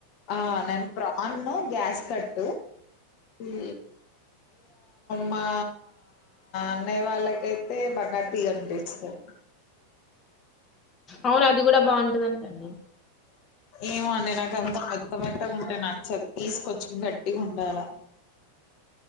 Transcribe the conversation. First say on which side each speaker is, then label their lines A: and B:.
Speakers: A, on the left; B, on the left.
A: ఆ నేను ప్రాన్ను గ్యాస్ కట్టు ఇ మా అన్న వాళ్ళకైతే బకా టీ అనిపిస్తారు
B: అవును అది కూడా బాగుంటందంటండి
A: ఏమోండి నాక అంత మెత్త మత్తగా ఉంటే నచ్చదు తీసుకంచెం గట్టిగా ఉండాల